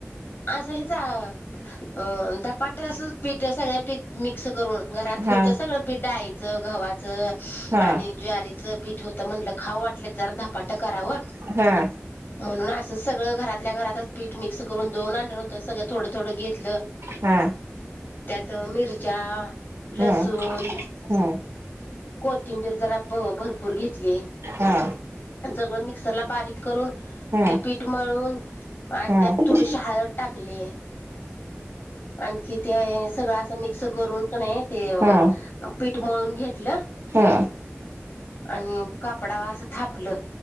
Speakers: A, on the left; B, on the right.
A: असं हचा अं धपाट अस पीठ सगळ्या पी मिक्स करून घरात
B: हा
A: होत सगळं पीठ डाळीचं गव्हाचं
B: हा
A: आणि ज्वारी च पीठ होत म्हटलं खावं वाटलं जरा धपाटं करावं,
B: हा हा
A: म्हणून अस सगळं घरातल्या घरातच पीठ मिक मिक्स करून दोन आण न होत सगळं थोडं थोडं घेतलं.
B: हा
A: त्यात मिरच्या, लसूण
B: हा हा
A: कोथिंबीर जरा भरपूर घेतली.
B: हा
A: आणि सगळं मिक्सरला बारीक करून
B: हा
A: ती पीठ मळून आणि
B: हा
A: त्यात थोडीशी हळद टाकली. आणखी ते आहे सगळं असं मिक्स करून का नाही ते
B: हा
A: पीठ मळून घेतलं.
B: हा
A: आणि कापडावर असं थापलं